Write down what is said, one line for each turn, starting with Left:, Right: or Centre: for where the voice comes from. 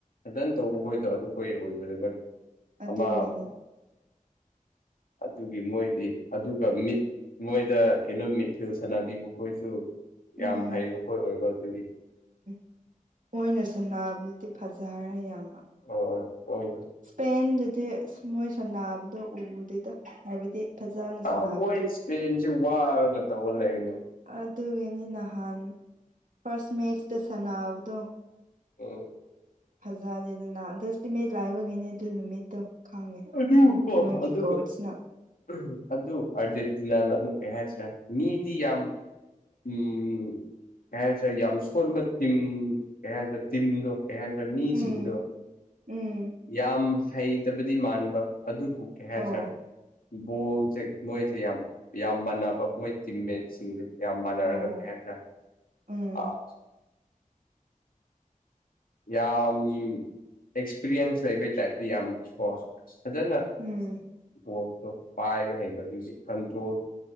Left: ꯗꯟ ꯇꯧꯕ ꯈꯣꯏꯗꯣ ꯑꯗꯨꯈꯣꯏ ꯑꯣꯏꯔꯔꯦꯣꯏ
Right: ꯑꯗꯨꯒꯤꯅꯤ
Left: ꯑꯃ ꯑꯗꯨꯒꯤ ꯃꯣꯏꯗꯤ ꯑꯗꯨꯒ ꯃꯤꯠ ꯃꯣꯏꯗ ꯀꯩꯅꯣ ꯃꯤꯊꯤꯜ ꯁꯥꯟꯅꯕꯤ ꯃꯈꯣꯏꯁꯨ
Right: ꯎꯝ
Left: ꯌꯥꯝ ꯍꯩꯔꯤꯕꯈꯣꯏ ꯑꯣꯏꯕ ꯑꯗꯨꯗꯤ
Right: ꯃ ꯑꯣꯏꯅ ꯁꯦꯅꯥꯕꯗꯨꯗꯤ ꯐꯖꯔꯦ ꯌꯥꯝ
Left: ꯍꯣꯏ ꯃꯣꯏꯗꯨ
Right: ꯏꯁꯄꯦꯟꯗꯨꯗꯤ ꯃꯣꯏꯁ ꯅꯥꯕꯗ ꯎꯗꯦꯗ ꯍꯥꯏꯕꯗꯤ ꯐꯖꯅ
Left: ꯑ
Right: ꯁꯥꯟꯅꯕꯗꯣ
Left: ꯃꯣꯏ ꯏꯁꯄꯦꯟꯁꯤ ꯋꯥꯔꯒ ꯇꯧꯕ ꯂꯩꯅꯦ
Right: ꯑꯗꯨꯒꯤꯅꯤ ꯅꯍꯥꯟ ꯐꯥꯔꯁ ꯃꯦꯁꯇ ꯁꯥꯟꯕꯗꯣ
Left: ꯑꯣ
Right: ꯐꯖꯗꯦꯗꯅ ꯗꯁꯇꯤꯃꯤꯠ ꯂꯥꯏꯕꯒꯤꯅꯦ ꯑꯗꯨ ꯅꯨꯃꯤꯠꯇꯣ ꯈꯪꯉꯦ
Left: ꯍ ꯑꯗꯨꯒ
Right: ꯃꯣꯏꯒꯤ
Left: ꯑꯗꯨ
Right: ꯀꯣꯆꯅ
Left: ꯑꯗꯨ ꯑꯔꯖꯦꯟꯦꯟꯇꯤꯅꯥ ꯑꯃꯨꯛ ꯀꯔꯤ ꯍꯦꯁꯔ ꯃꯤꯗꯤ ꯌꯥꯝ ꯌ ꯎꯝ ꯀꯩ ꯍꯥꯏ ꯁꯥꯔꯦ ꯌꯥꯝ ꯁꯣꯟꯕ ꯇꯤꯝ ꯀꯩ ꯍꯥꯏꯇꯥꯔꯦ ꯇꯤꯝꯗꯣ ꯀꯩ ꯍꯥꯏꯈ꯭ꯔꯦ ꯃꯤꯁꯤꯡꯗꯣ
Right: ꯎꯝ ꯎꯝ
Left: ꯌꯥꯝ ꯍꯩꯇꯕꯗꯤ ꯃꯥꯟꯕ ꯑꯗꯨꯕꯨ ꯀꯩ ꯍꯥꯏꯁꯤꯔ
Right: ꯑꯣ
Left: ꯕꯣꯜꯁꯦ ꯃꯣꯏꯁꯨ ꯌꯥꯝ ꯌꯥꯝ ꯃꯥꯟꯅꯕ ꯃꯣꯏ ꯇꯤꯝꯃꯦꯠꯁꯤꯡꯅꯤ ꯌꯥꯝ ꯃꯥꯟꯅꯔꯒ
Right: ꯑꯧ
Left: ꯄꯁꯦ
Right: ꯎꯝ
Left: ꯑꯥ ꯌꯥꯝ ꯑꯦꯛꯁꯄꯤꯔꯤꯌꯦꯟꯁ ꯂꯩꯕ ꯆ ꯌꯥꯝ ꯐꯖꯅ
Right: ꯎꯝ
Left: ꯚꯣꯠꯇꯣ ꯄꯥꯏꯕ ꯍꯩꯕꯗꯨꯗꯤ ꯀꯟꯇ꯭ꯔꯣꯜ